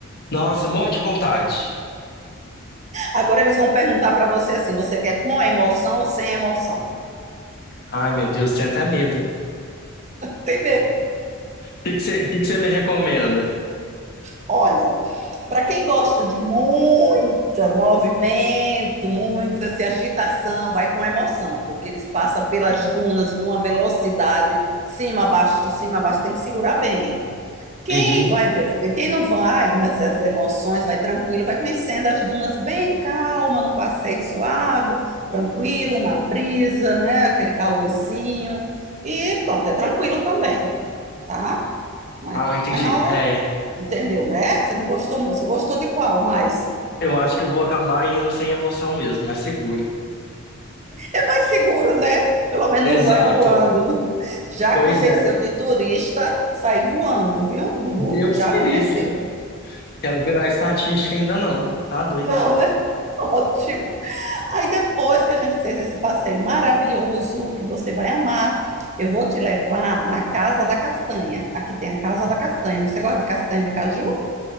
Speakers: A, on the left (about 50°); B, on the right (about 35°).
A: Nossa, morro de vontade.
B: Agora eles vão perguntar para você assim: você quer com emoção ou sem emoção?
A: Ai, meu Deus, tenho até medo. O
B: Tem medo.
A: que que você, que que você me recomenda?
B: Olha, para quem gosta de muito movimento, muita assim, agitação, vai com emoção, porque eles passam pelas dunas numa velocidade, cima, abaixo, cima, abaixo, tem que segurar bem. Quem
A: Uhum.
B: vai, quem não vai nessas emoções, vai tranquilo, vai conhecendo as dunas bem calma, num passeio suave, tranquilo, na brisa, né? Aquele calorzinho. E pronto, é tranquilo também, tá? Mas,
A: Ah, entendi.
B: mas na hora,
A: É,
B: entendeu, né? Você não gostou, muito, você gostou de qual Mas
A: eu acho que eu vou acabar indo sem emoção mesmo, mais seguro.
B: É mais seguro, né? Pelo menos
A: Exato.
B: não vai voando. Já
A: Pois
B: aconteceu
A: é.
B: de turista sair voando, viu? Do bug,
A: Deus
B: já aconteceu.
A: me livre. Quero virar estatística ainda não. Tá doido.
B: Não, né? <laughs> Ótimo. Aí depois que a gente fez esse passeio maravilhoso, que você vai amar, eu vou te levar na Casa da Castanha. Aqui tem a Casa da Castanha. Você gosta de castanha de caju?